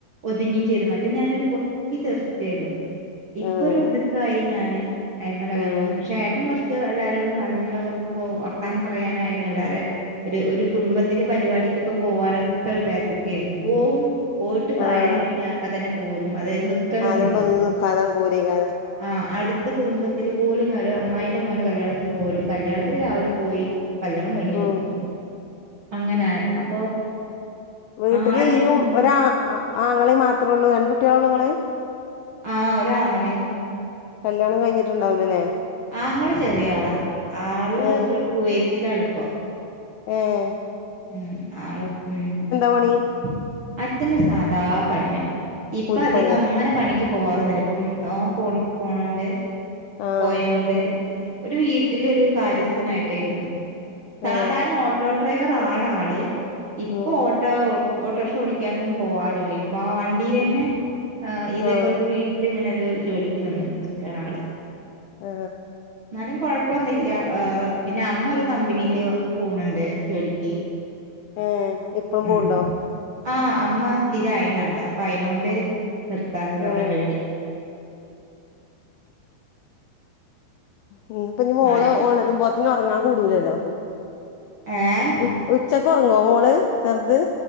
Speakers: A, on the right; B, on the left.
A: ഒതുങ്ങയും ചെയ്തു മറ്റേ ഞാനൊരു പൊട്ടി തീർച്ചിട്ടായിരുന്നു ഇപ്പൊ
B: ആഹ്
A: ഒരു ഒതുക്കായി ഞാന് ആയിരുന്ന കല്യാണം
B: ഉം
A: കളു പക്ഷെേ ഏറ്റവും കുറച്ച് എല്ലാരരോ കടും നല്ല ഇപ്പൊ വർത്താനം പറയാനായിരുന്നു എല്ലാരെ ഒരു ഒരു കുടുംബത്തിലെ പരിപാടിക്കൊക്കെ പോവാനൊക്കെ ഒരു ബാക്ക് ഒക്കെ ആയിരുന്നു പോവും പോയിട്ട് കാര്യം
B: ആഹ്
A: കഴിഞ്ഞാൽ അപ്പ തന്നെ പോരും അതൽ നക്കലൊന്നുമില്ല
B: ആരോടും ഒന്നിനും നിക്കാതെ പോരേക്കാരം
A: ആ അടു ഇത്തെ കുടുംബത്തിൽ പോലും ഒരു അമ്മായിന്റെ മോന കല്യാണത്തിൽ പോലും കല്യാണത്തിൽ രാവിലെ പോയി കല്യാണം കഴിഞ്ഞ
B: ഉം
A: കൊടി പോുന്നു അങ്ങനെ അപ്പൊ
B: വീട്ടില്യ്യും
A: ആരായിട്ടും അങ്ങനെ
B: ഒര ആങ്ങളേ മാത്രേള്ളൂ എന്റെ കുട്ടിയള ഉള്ളു നിങ്ങളെ
A: ആഹ ഒരാങ്ങളെ
B: കല്യാണം കഴിഞ്ഞിട്ടുണ്ടാവലല്ലേ
A: ആങ്ങെ ചെറിയ ആളാ ആള്
B: ഏ
A: കുവൈത്തിലാ അടുപ്പ
B: ഏഹ്
A: ഉ ആള് ഉ
B: പണി
A: അച്ഛന്റെ സാധാ പണിയാണ് ഇപ്പ
B: കൂലിപ്പണിയോ
A: അധികം അങ്ങനെ പണിക്ക് പോകറ ഇപ്പം പോണി പോണോണ്ട്
B: ആഹ്
A: പോയോണ്ട് ഒരു വീട്ടില ഒരു കാര്യസ്ഥനായിട്ടായിരുന്നു സാധാരണ
B: ആഹ്
A: ഓട്ടോ ഡ്രൈവർ ആണ് ആള് ഇപ്പൊ
B: ഉം
A: ഓട്ടോ ഓട്ടോറിക്ഷ ഓടിക്കാനൊന്നും പോവാറില്ലേ അപ്പൊ വണ്ടിൽന്നെ ആ് ഇതേപോലത്തെ
B: ആഹ്
A: വീട്ടിൽ ഇങ്ങനെ ഒരു ജോലിക്ക് നിന്ന് വക്കാണ് ആള്
B: ഹാ
A: എന്നാലും കൊഴപ്പൊന്നുമില്ല. പിന്നെ അമ്മ ഒരു കമ്പനിയില് പോണുണ്ട് ജോലിക്ക്.
B: ഏ ഇപ്പഴും
A: ഉം
B: പോണ്ടോ.
A: ആഹ് അമ്മ സ്ഥിരായിന അവിടെ അപ്പൊ അയിനോണ്ട് നിർത്താത്ത നമ്മ
B: ഏഹ്
A: ജോലി
B: ഇനി ഇപ്പ ഇനി
A: എന്നാലും
B: മോള് ഒണരുമ്പോൾ ഒറങ്ങാൻ കൂടൂലല്ലോ.
A: ഏഹ്
B: ഉ ഉച്ചക്ക് ഒറങ്ങോ മോള് ചെറ്ത്.